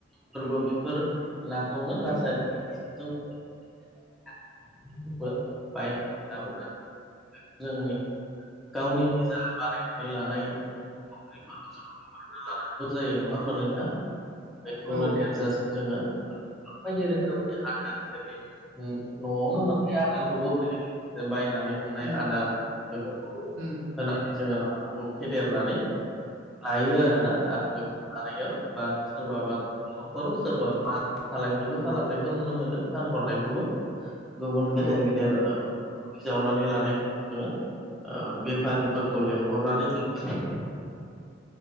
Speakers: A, in the centre; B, on the right (about 80°).
A: फोरबो बेफोर नाखौनो रासायन <unintelligible> जोंनि गावनि निजा बारानायनानै लानाय <unintelligible> लानांगौ
B: उम
A: जायो नङा होमबा नोंथां बेखौनो
B: औ औ औ
A: देरजासिम जोङो माबायदि रोखोमनि आदार जेरै न'आवनो मोनसे आदारखौबो होयो बायनानै मोननाय
B: उम
A: आदार बेफोरखौ
B: उम
A: होनानै जोङो नाफोरखौ फेदेरनानै लायो आरोना आरो बेखौ लानायाव बा सोरबाबा न'खराव सोरबा फालांगिबो खालामनायखौ नुनो मोनदों फानहरनायखौबो गुबुन
B: उम
A: गेदेर गेदेर
B: औ
A: ओ जावनानै लानाय जोङो बेफारिफोरखौ लिंहरनानै बि